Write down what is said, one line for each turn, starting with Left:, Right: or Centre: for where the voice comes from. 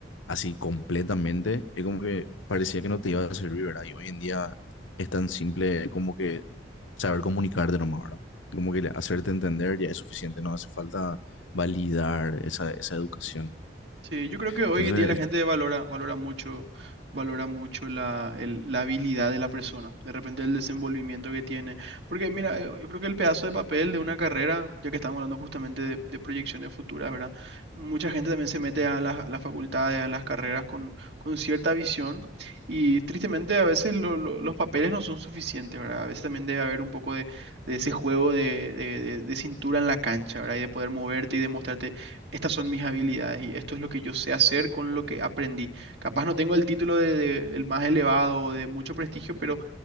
Left: así completamente, es como que parecía que no te iba a servir, ¿verdad? Y hoy en día es tan simple como que saber comunicarte nomás, ¿verdad? Como que hacerte entender ya es suficiente, no hace falta validar esa, esa educación.
Right: Sí, yo creo que hoy
Left: Entonces,
Right: en día la gente
Left: es
Right: valora, valora mucho, valora mucho la, el- la habilidad de la persona, de repente el desenvolvimiento que tiene. Porque mira, eh, yo creo que el pedazo de papel de una carrera, ya que estamos hablando justamente de, de proyecciones futuras, ¿verdad? Mucha gente también se mete a las, a las facultades, a las carreras con, con cierta visión y tristemente a veces lo- lo- los papeles no son suficientes, ¿verdad? A veces también debe haber un poco de, de ese juego de, de de- de cintura en la cancha, ¿verdad? Y de poder moverte y demostrarte estas son mis habilidades y esto es lo que yo sé hacer con lo que aprendí. Capaz no tengo el título de, de- el más elevado o de mucho prestigio, pero